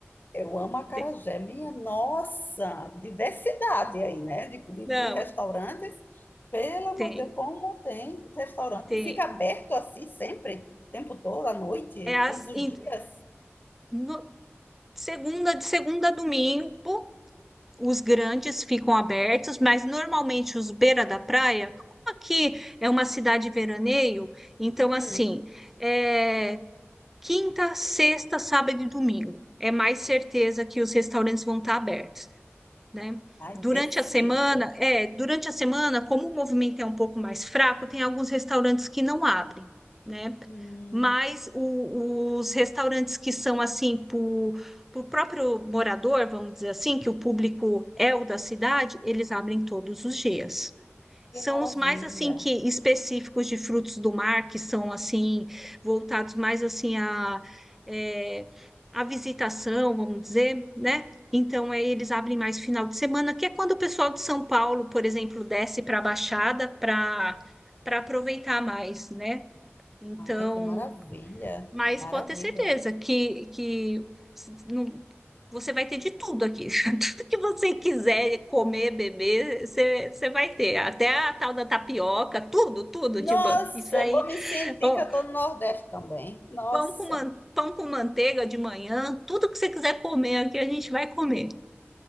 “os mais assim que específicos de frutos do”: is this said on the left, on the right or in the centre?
Centre